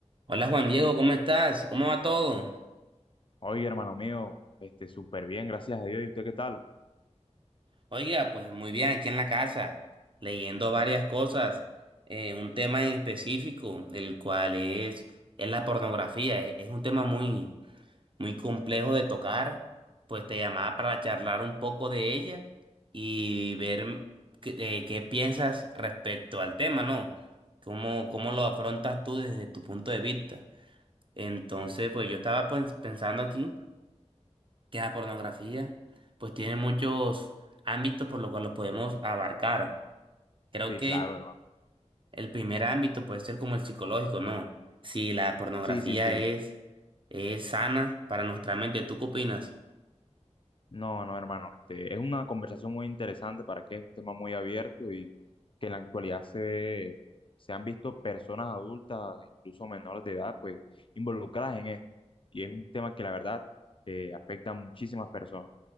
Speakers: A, on the right; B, on the left.
A: Hola Juan Diego, ¿cómo estás? ¿Cómo va todo?
B: Oye, hermano mío, este, súper bien, gracias a Dios. ¿Y usted qué tal?
A: Oiga, pues muy bien aquí en la casa, leyendo varias cosas, eh, un tema en específico, el cual es, es la pornografía. Es, es un tema muy, muy complejo de tocar, pues te llamaba para charlar un poco de ella y ver qué, eh, qué piensas respecto al tema, ¿no? ¿Cómo, cómo lo afrontas tú desde tu punto de vista? Entonces,
B: Este,
A: pues yo estaba pues, pensando aquí. que la pornografía, pues tiene muchos ámbitos por lo cual los podemos abarcar. Creo que
B: claro, hermano.
A: el primer ámbito puede ser como el psicológico, ¿no? Si la pornografía
B: Sí, sí, sí.
A: es, es sana para nuestra mente, ¿tú qué opinas?
B: No, no, hermano. Este, es una conversación muy interesante para que es un tema muy abierto y que en la actualidad se, se han visto personas adultas, incluso menores de edad, pues involucradas en esto. Y es un tema que la verdad eh, afecta a muchísimas personas.